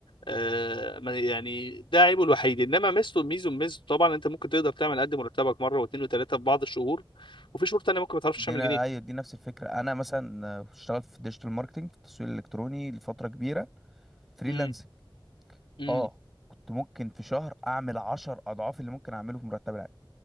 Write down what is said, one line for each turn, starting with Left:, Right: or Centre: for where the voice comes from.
Left: آه، ما- يعني ده عيبه الوحيد انما ميزته ميزه ميزته طبعا انت ممكن تقدر تعمل قد مرتبك مره واثنين وثلاثه في بعض الشهور وفي شهور تانية ممكن ما تعرفش
Centre: دي
Left: تعمل
Centre: نا-
Left: جنيه
Centre: ايوه دي نفس الفكره انا مثلا اشتغلت في الديجيتال ماركتنج في التسويق الالكتروني لفتره كبيره فريلانسنج
Left: امم امم
Centre: اه كنت ممكن في شهر اعمل عشر اضعاف اللي ممكن اعمله في مرتب العادي